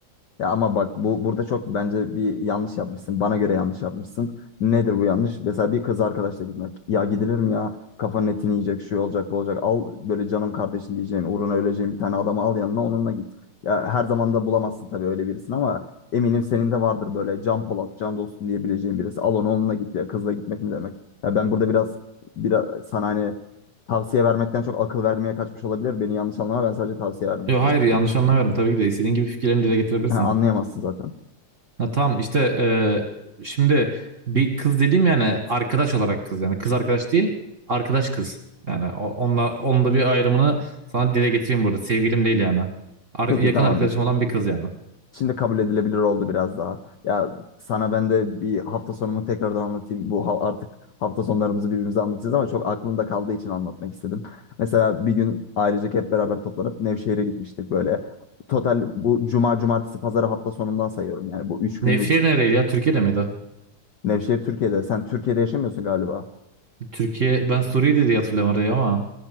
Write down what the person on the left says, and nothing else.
Ya ama bak bu burada çok bence bir yanlış yapmışsın. Bana göre yanlış yapmışsın. Nedir bu yanlış? Mesela bir kız arkadaşla gitmek. Ya gidilir mi ya? Kafanın etini yiyecek, şu olacak, bu olacak. Al böyle canım kardeşim diyeceğin, uğruna öleceğin bir tane adamı al yanına onunla git. Ya her zaman da bulamazsın tabii öyle birisini ama eminim senin de vardır böyle can Polat, can dostum diyebileceğin birisi. Al onu onunla git ya. Kızla gitmek mi demek? Ya ben burada biraz biraz sana hani tavsiye vermekten çok akıl vermeye kaçmış olabilir. Beni yanlış anlama. Ben sadece tavsiye vermeye
çalışıyorum.
<laughs> Anlayamazsın zaten.
Peki
tamam.
Şimdi kabul edilebilir oldu biraz daha. Ya sana ben de bir hafta sonumu tekrardan anlatayım. Bu ha- artık hafta sonlarımızı birbirimize anlatacağız ama çok aklımda kaldığı için anlatmak istedim. Mesela bir gün ailecek hep beraber toplanıp Nevşehir'e gitmiştik böyle. Total bu cuma, cumartesi, pazarı hafta sonundan sayıyorum. Yani bu üç
günlük
Nevşehir Türkiye'de. Sen Türkiye'de yaşamıyorsun galiba.